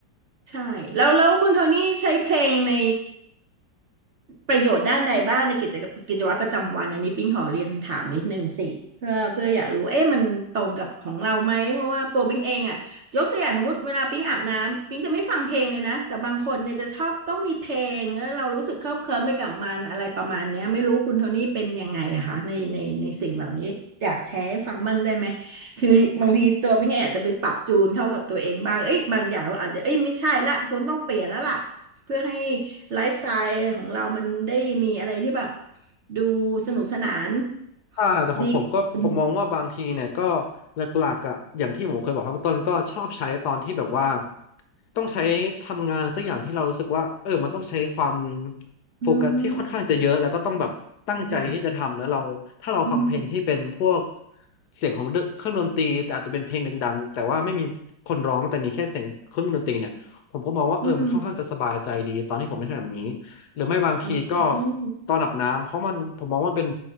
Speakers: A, on the right; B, on the left.
A: ใช่แล้วแล้วคุณโทนี่ใช้เพลงในประโยชน์ด้านใดบ้างในกิจกรรมกิจวัตรประจำวันอันนี้ปิ๊งขอเรียนถามนิดนึงสิเพื่อเพื่ออยากรู้เอ๊ะมันตรงกับของเราไหมเพราะว่าโปรปิ๊งเองอะยกตัวอย่างสมมติเวลาปิ๊งอาบน้ำปิ๊งจะไม่ฟังเพลงเลยนะแต่บางคนเนี่ยจะชอบต้องมีเพลงแล้วเรารู้สึกเคลิบเคลิ้มไปกับมันอะไรประมาณเนี้ยไม่รู้คุณโทนี่เป็นยังไงอะคะในในในสิ่งเหล่านี้อยากแชร์ให้ฟังบ้างได้ไหม คือบางทีตัวพี่ไงอาจจะไปปรับจูนเข้ากับตัวเองบ้าง เอ้ยบางอย่างเราอาจจะเอ้ยไม่ใช่ละคนต้องเปลี่ยนแล้วล่ะเพื่อให้ไลฟ์สไตล์ของเรามันได้มีอะไรที่แบบดูสนุกสนาน
B: ค่ะแต่ของผมก็ผมมองว่าบางทีเนี่ยก็
A: ดีขึ้น
B: หลักๆอ่ะอย่างที่ผมเคยบอกข้างต้นก็ชอบใช้ตอนที่แบบว่าต้องใช้ทำงานอะไรสักอย่างที่เรารู้สึกว่าเออมันต้องใช้ความโฟกัสที่ค่อนข้างจะเยอะแล้วก็ต้องแบบตั้งใจที่จะทำแล้วเราถ้าเราฟังเพลงที่เป็นพวก
A: อืมค่ะอืม
B: เสียงของเครื่องดนตรีแต่อาจจะเป็นเพลงดังๆแต่ว่าไม่มีคนร้องแต่มีแค่เสียงเครื่องดนตรีเนี่ยผมก็มองว่าเออมันค่อนข้างจะสบายใจดีตอนที่ผมได้ทำแบบนี้
A: อืม
B: หรือไม่บางทีก็
A: อืมอืม
B: ตอนอาบน้ำเพราะมันผมมองว่ามันเป็น